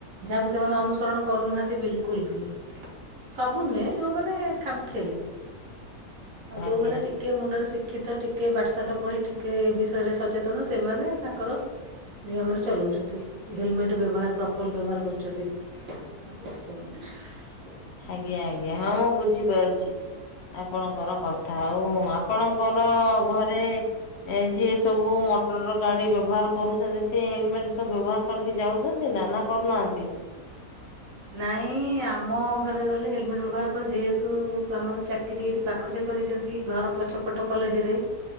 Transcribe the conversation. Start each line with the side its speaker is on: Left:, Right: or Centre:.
Right: ଯାହାକୁ ସେମାନେ ଅନୁସରଣ କରୁନାହାନ୍ତି ବିଲକୁଲ ବି। ସବୁ ନୁହେ ଯୋଉମାନେ ଖାମ୍‌ ଖିଆଲି। ଆଉ
Left: ଆଜ୍ଞା
Right: ଯୋଉମାନୋନ ଟିକ୍ ଟିକେ ମୁଣ୍ଡରେ ଶିକ୍ଷିତ ଟିକେ ପାଠଶାଠ ପଢି ଟିକେ ଏ ବିଷୟରେ ସଚେତନ ସେମାନେ ତାଙ୍କର ନିୟମରେ ଚଲଉଛନ୍ତି ହେଲମେଟ ବ୍ୟବହାର ପ୍ରପର ବ୍ୟବହାର କରୁଛନ୍ତି। ବ <unintelligible>
Left: ଆଜ୍ଞା ଆଜ୍ଞା ହଁ ମୁଁ ବୁଝିପାରୁଛି। ଆପଣଙ୍କର କଥା ଆଉ ଆପଣଙ୍କର ଘରେ ଯିଏ ସବୁ ମ ମଟର ଗାଡି ବ୍ୟବହାର କରୁଚନ୍ତି ସେ ହେଲମେଟ ସବୁ ବ୍ୟବହାର କରିକି ଯାଉଛନ୍ତି ନା ନା କରୁନାହାନ୍ତି?
Right: ନାଇଁ ଆମ ଘରେ ଗଲେ ହେଲମେଟ ବ୍ୟବହାର କର ଯେହେତୁ ଆମର ଚା ଚାକିରରି ଏଇଠି ପାଖରେ କରିଛନ୍ତି ଘର ପଛପଟ କଲେଜରେ